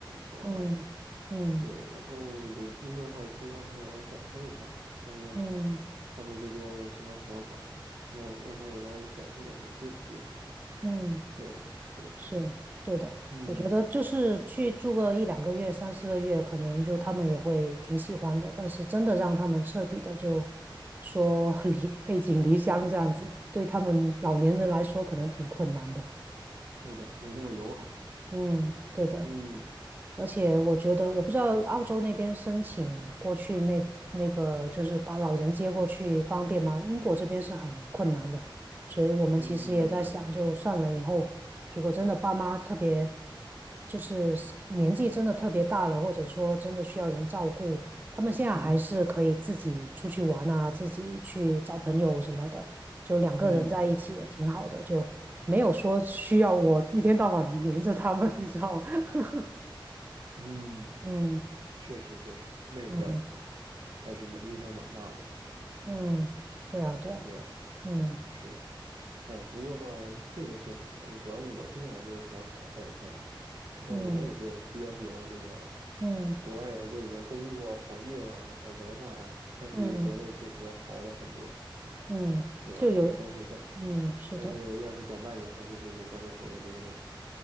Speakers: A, on the right; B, on the right.
A: 怎么办。
B: 嗯嗯
A: 对，然后有机会的话，也可以让他们来感受一下，看他们
B: 嗯
A: 他们这边什么想法，就让让他们也来感受感受，接触接触。
B: 嗯。
A: 对，是的，
B: 是对的，
A: 嗯，
B: 我觉得就是去住个一两个月、三四个月，可能就他们也会挺喜欢的。但是真的让他们彻底的就说 <laughs> 离背井离乡这样子，对他们老年人来说可能挺困难的。
A: 是的，没那么友好。
B: 嗯，对的。
A: 嗯
B: 而且我觉得，我不知道澳洲那边申请过去那那个，就是把老人接过去方便吗？英国这边是很困难的，所以我们其实也在想，
A: 嗯
B: 就算了以后，如果真的爸妈特别，就是年纪真的特别大了，或者说真的需要人照顾，他们现在还是可以自己出去玩啊，
A: 嗯哼，
B: 自己去找朋友什么的，就两个人在一起也挺好的，
A: 嗯
B: 就没有说需要我一天到晚黏着他们，你知道吗 <laughs>
A: 嗯，
B: 嗯。
A: 确实确实，那个
B: 嗯
A: 还是蛮影响蛮大的。
B: 嗯，对啊对啊，
A: 对呀，
B: 嗯
A: 是的。哎，不过这个确实，而且主要是我现在也没有想好到底在哪里。倒是我也是比较喜欢这个
B: 嗯嗯
A: 国外的这个工作环境啊，还有文化呀、相比于国内确实好了很多，
B: 嗯嗯，
A: 对吧？
B: 就有，
A: 嗯但是但
B: 嗯是的，
A: 但是要是在外面的话，就是你刚才说的那个问题，